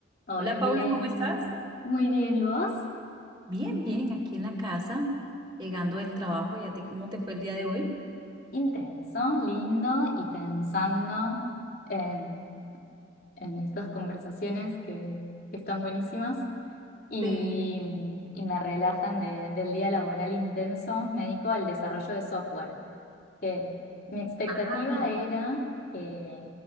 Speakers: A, on the left; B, on the right.
A: Hola,
B: Hola
A: Milena.
B: Paula, ¿cómo estás?
A: Muy bien, ¿y vos?
B: Bien, bien, aquí en la casa, llegando del trabajo. ¿Y a ti cómo te fue el día de hoy?
A: Intenso, lindo y pensando en, en estas conversaciones que, que están buenísimas y,
B: Sí,
A: y me relajan de- del día laboral intenso. Me dedico al desarrollo de software. que mi expectativa
B: ah,
A: era que,